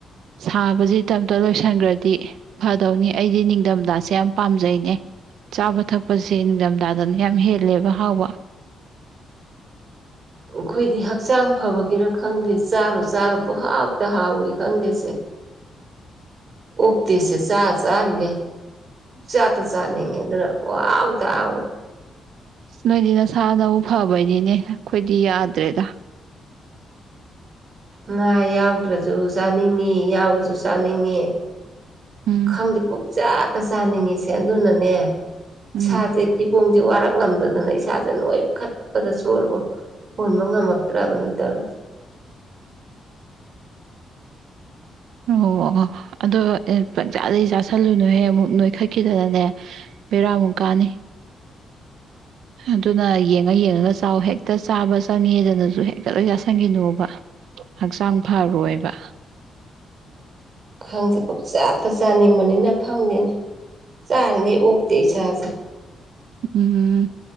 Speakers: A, on the right; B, on the right.
A: ꯁꯥꯁꯦ ꯏꯇꯝꯇ ꯂꯣꯏꯁꯤꯟꯈ꯭ꯔꯗꯤ ꯐꯗꯧꯅꯤ ꯑꯩꯗꯤ ꯅꯤꯡꯊꯝꯗꯥ ꯁꯦ ꯌꯥꯝ ꯄꯥꯝꯖꯩꯅꯦ ꯆꯥꯕ ꯊꯛꯄꯁꯦ ꯅꯤꯡꯊꯝꯊꯥꯗꯅ ꯌꯥꯝ ꯍꯦꯜꯂꯦꯕ ꯍꯥꯎꯕ
B: ꯑꯩꯈꯣꯏꯗꯤ ꯍꯛꯆꯥꯡ ꯐꯕꯒꯤꯔ ꯈꯪꯗꯦ ꯆꯥꯔꯨ ꯆꯥꯔꯨ ꯄꯨꯍꯥꯎꯇ ꯍꯥꯎꯏꯤ ꯈꯪꯗꯦꯁꯦ ꯎꯐꯛꯇꯁꯦꯁ ꯆꯥ ꯆꯥꯔꯤꯈꯩ ꯆꯥꯇ ꯆꯥꯅꯤꯡꯉꯦ ꯑꯗꯨꯅ ꯄꯥꯎ ꯇ ꯍꯥꯎꯋꯤ
A: ꯅꯣꯏꯗꯤ ꯅꯁꯥꯅꯕꯨ ꯐꯕꯩꯅꯤꯅꯦ ꯑꯩꯈꯣꯏꯗꯤ ꯌꯥꯗ꯭ꯔꯦꯗ
B: ꯉꯥ ꯌꯥꯎꯗ꯭ꯔꯁꯨ ꯆꯥꯅꯤꯡꯉꯤ ꯌꯥꯎꯔꯁꯨ ꯆꯥꯅꯤꯡꯉꯤ
A: ꯎꯝ
B: ꯈꯪꯗꯦ ꯄꯨꯛ ꯆꯥꯇ ꯆꯥꯅꯤꯡꯉꯤꯁꯦ ꯑꯗꯨꯅꯅꯦ
A: ꯎꯝ
B: ꯁꯥꯥꯁ ꯐꯤꯕꯣꯡꯁꯦ ꯋꯥꯔꯛ ꯉꯝꯗꯗꯅ ꯏꯁꯥꯁꯦ ꯂꯣꯏ ꯈꯠꯄꯗ ꯁꯣꯏꯔꯕꯣ ꯍꯣꯟꯕ ꯉꯝꯃꯛꯇ꯭ꯔꯕꯅꯤ ꯇꯔ
A: ꯑꯣ ꯑꯗꯣ ꯑꯦ ꯄꯪꯆꯥꯥꯗꯒꯤꯩ ꯆꯥꯥꯁꯜꯂꯨꯅꯨꯍꯦ ꯑꯃꯨꯛ ꯅꯣꯏꯈꯠꯈꯤꯗꯅꯅꯦ ꯕꯦꯔꯥ ꯃꯨꯀꯥꯅꯤ ꯑꯗꯨꯅ ꯌꯦꯡꯉ ꯌꯦꯡꯉꯒ ꯆꯥꯎ ꯍꯦꯛꯇ ꯆꯥꯕ ꯆꯪꯉꯦꯗꯅꯁꯨ ꯍꯦꯛꯇ ꯂꯣꯏ ꯌꯥꯁꯟꯈꯤꯅꯣꯕ ꯍꯛꯆꯥꯡ ꯐꯔꯣꯏꯕ
B: ꯈꯪꯗꯦ ꯄꯞ ꯆꯥꯠꯇ ꯆꯥꯅꯤꯡꯕꯅꯤꯅ ꯈꯪꯗꯦꯅꯦ ꯆꯥꯔꯤꯉꯩ ꯑꯣꯛꯇꯦ ꯏꯁꯥꯁꯦ
A: ꯎꯝ